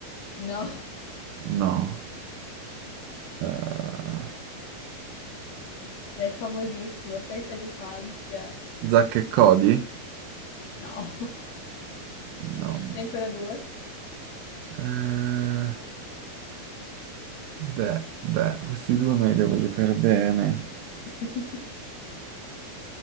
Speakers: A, on the left (about 75°); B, on the right (about 75°).
A: No,
B: No. Eh,
A: <laughs> è famosissimo, pensa all'infanzia.
B: Zack e Cody?
A: No, <laughs>
B: No.
A: ne hai ancora due.
B: Eh, Beh, beh, questi due me li devo giocare bene.
A: <laughs>